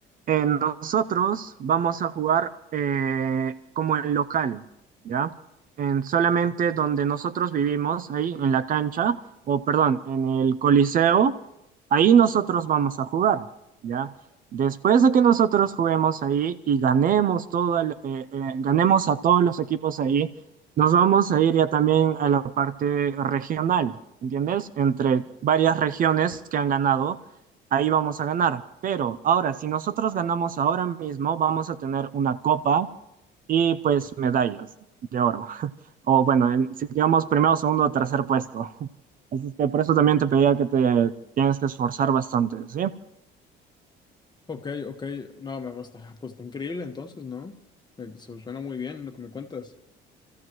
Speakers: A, on the right; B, on the left.
A: eh, nosotros vamos a jugar eh, como en local, ¿ya? En solamente donde nosotros vivimos, ahí en la cancha, o perdón, en el Coliseo, ahí nosotros vamos a jugar, ¿ya? Después de que nosotros juguemos ahí y ganemos todo el- eh, eh, ganemos a todos los equipos ahí, nos vamos a ir ya también a la parte regional, ¿entiendes? Entre varias regiones que han ganado, ahí vamos a ganar. Pero ahora, si nosotros ganamos ahora mismo, vamos a tener una copa y pues medallas de oro. <laughs> O bueno, en- si digamos primero, segundo o tercer puesto. <laughs> Así es que por eso también te pedía que te tienes que esforzar bastante, ¿sí?
B: Ok, ok. No, me gusta. Pues está increíble entonces, ¿no? Eh, Se suena muy bien lo que me cuentas.